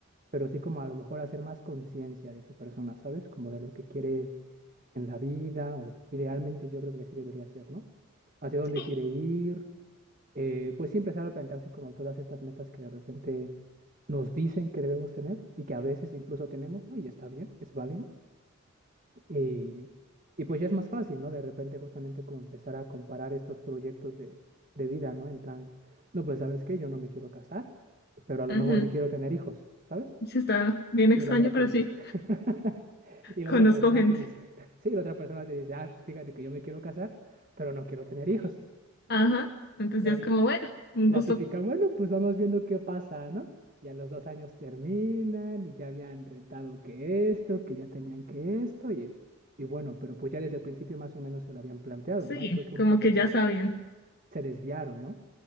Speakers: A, on the right; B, on the left.
A: pero sí como a lo mejor hacer más conciencia de su persona, ¿sabes? Como de lo que quiere en la vida, o idealmente yo creo que así debería ser, ¿no? Hacia dónde
B: sí,
A: quiere ir, eh, pues sí empezar a plantearse como todas estas metas que de repente nos dicen que debemos tener y que a veces incluso tenemos, ¿no? Y está bien, es válido. Y, y pues ya es más fácil, ¿no? De repente justamente como empezar a comparar estos proyectos de, de vida, ¿no? En plan, no, pues sabes qué, yo no me quiero casar, pero a lo
B: ujú.
A: mejor sí quiero tener hijos, ¿sabes?
B: Sí, está bien extraño,
A: Y la otra
B: pero
A: persona...
B: sí,
A: <laughs> y la
B: conozco
A: otra persona
B: gente.
A: te dice, <laughs> sí, la otra persona te dice, ah, pues fíjate que yo me quiero casar, pero no quiero tener hijos.
B: Ajá, entonces
A: Y
B: ya
A: ahí
B: es como, bueno, un
A: La
B: gusto.
A: típica, bueno, pues vamos viendo qué pasa, ¿no? Y a los dos años terminan y ya habían rentado que esto, que ya tenían que esto y, y bueno, pero pues ya desde el principio más o menos se lo habían planteado,
B: Sí,
A: ¿no? Y fue que un
B: como
A: poco
B: que
A: se,
B: ya sabían.
A: se desviaron, ¿no?